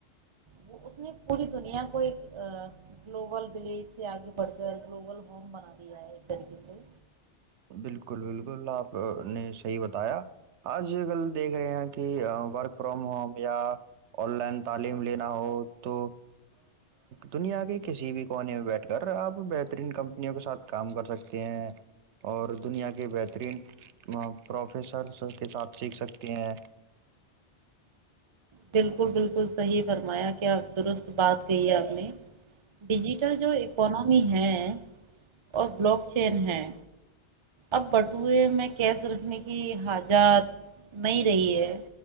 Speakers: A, on the right (about 50°); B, on the right (about 80°).
A: وہ اس نے پوری دنیا کو ایک گلوبل ولیج سے آگے بڑھ کر گلوبل ہوم بنا دیا ہے ایک طریقے سے
B: بالکل بالکل آپ نے صحیح بتایا آج کل دیکھ رہے ہیں کہ ورک فرام ہوم یا آن لائن تعلیم لینا ہو تو دنیا کسی بھی کونے میں بیٹھ کر آپ بہترین کمپنیوں کے سات کام کر سکتے ہیں دنیا کے بہترین پروفیسرس کے ساتھ سیکھ سکتے ہیں
A: بالکل بالکل صحیح فرمایا کیا درست بات کہ ہے آپ نے ڈ جی جو اکنمی ہے اور بلاک چین ہیں اب بٹوئے میں کیش رکھنے کی حجات نہیں رہی ہے